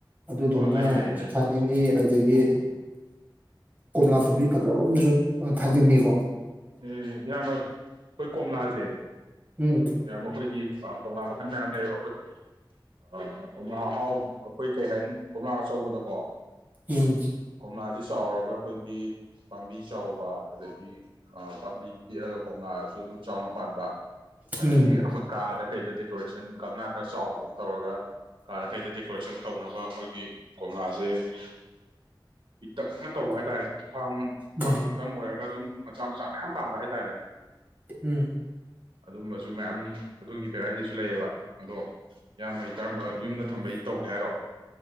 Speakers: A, on the right (about 20°); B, on the right (about 85°).
A: ꯑꯗꯨꯗꯣꯃ
B: ꯑꯣ ꯂꯩ ꯂꯩ ꯂꯩ
A: ꯊꯥꯅꯤꯡꯉꯤ ꯑꯗꯩ ꯌꯦ ꯀꯣꯝꯂꯥꯞ ꯄꯕꯤ ꯐꯖꯕꯝꯖꯨꯠ ꯑꯣ <unintelligible>
B: ꯎꯝ ꯏꯌꯥꯝꯕ ꯈꯣꯏ ꯀꯣꯝꯂꯥ <unintelligible>
A: ꯎꯝ
B: ꯌꯥꯝ ꯑꯈꯣꯏꯒꯤ ꯑꯥ ꯀꯣꯝꯂꯥ ꯃꯈꯟ ꯃꯌꯥꯝ ꯂꯩꯑꯕ ꯑꯈꯣꯏ ꯑꯥ ꯀꯣꯝꯂꯥ ꯑꯍꯥꯎ ꯑꯈꯣꯏ ꯀꯩ ꯍꯥꯏꯅꯤ ꯀꯣꯝꯂꯥ ꯑꯆꯧꯕꯗꯀꯣ
A: ꯎꯝ
B: ꯀꯣꯝꯂꯥꯁꯤ ꯆꯥꯎꯔꯒ ꯑꯈꯣꯏꯒꯤ ꯄꯥꯝꯕꯤ ꯆꯥꯎꯕ ꯑꯗꯒꯤ ꯑ ꯄꯥꯝꯕꯤ ꯄꯤꯛꯑꯒ ꯀꯣꯝꯂꯥꯁꯨ ꯑꯗꯨꯝ ꯆꯥꯎꯅ ꯄꯥꯟꯕ ꯑꯗꯒꯤ
A: ꯎꯝ
B: ꯑꯈꯣꯏ ꯀꯥꯗ <unintelligible> ꯁꯟ ꯒꯪꯉꯥ ꯈꯔ ꯆꯥꯎꯕ ꯑꯃ ꯇꯧꯔꯒ <inaudible> ꯀꯥꯔꯈꯩꯗ ꯗꯦꯀꯣꯔꯦꯁꯟ ꯇꯧꯅꯕ ꯑꯈꯣꯏ <unintelligible> ꯀꯣꯝꯂꯥꯁꯦ <inaudible> ꯄꯤꯇꯛꯅ ꯇꯧꯕ ꯍꯥꯏꯇꯥꯔꯦꯅꯦ ꯐꯥꯝ
A: ꯎꯝ
B: ꯐꯥꯔꯝꯇꯪ ꯑꯣꯏꯔꯒ ꯑꯗꯨꯝ ꯃꯆꯥ ꯃꯆꯥ ꯃꯌꯥꯝ ꯄꯥꯟꯕ ꯍꯥꯏꯇꯥꯔꯦꯅꯦ
A: ꯎꯝ
B: ꯑꯗꯨꯝꯕꯁꯨ ꯃꯌꯥꯝ ꯑꯗꯨꯒꯤ ꯚꯦꯔꯥꯏꯇꯤꯁꯨ ꯂꯩꯑꯕ ꯑꯗꯣ ꯏꯌꯥꯝꯕꯩ ꯀꯔꯝꯕ ꯌꯨꯝꯗ ꯊꯝꯕꯩ ꯇꯧꯒꯦ ꯍꯥꯏꯔꯣ